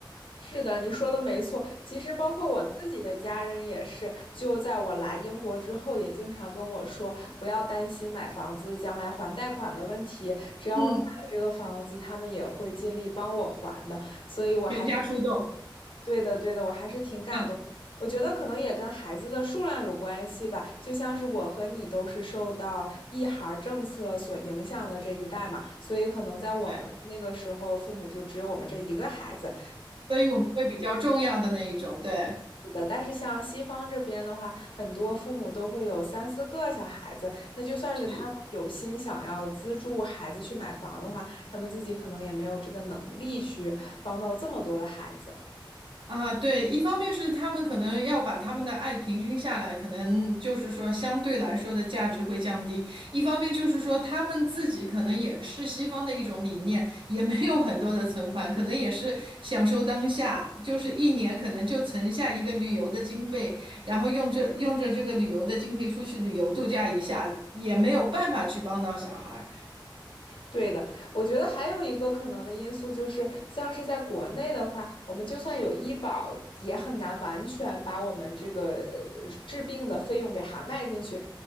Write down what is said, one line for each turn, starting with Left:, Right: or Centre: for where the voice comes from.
Left: 是的，你说的没错。其实包括我自己的家人也是，就在我来英国之后，也经常跟我说，不要担心买房子将来还贷款的问题，只要我买了这个房子，
Right: 嗯，
Left: 他们也会尽力帮我还的。所以我
Right: 全家出动。
Left: 对的，对的，我还是挺感动。
Right: 嗯，
Left: 我觉得可能也跟孩子的数量有关系吧，就像是我和你都是受到一孩儿政策所影响的这一代嘛，所以可能在我们那个时候，
Right: 对，
Left: 父母就只有我们这一个孩子。
Right: 所以我们会比较重要的那一种，对。
Left: 是的，但是像西方这边的话，很多父母都会有三四个小孩子，那就算是他们有心想要资助孩子去买房的话，
Right: 是。
Left: 他们自己可能也没有这个能力去帮到这么多的孩子。
Right: 啊，对，一方面是他们可能要把他们的爱平均下来，可能就是说相对来说的价值会降低；一方面就是说他们自己可能也是西方的一种理念，也没有很多的存款，可能也是享受当下，就是一年可能就存下一个旅游的经费，然后用这用着这个旅游的经费出去旅游度假一下，也没有办法去帮到小孩儿。
Left: 对的，我觉得还有一个可能的因素就是，像是在国内的话，我们就算有医保，也很难完全把我们这个呃治病的费用给涵盖进去。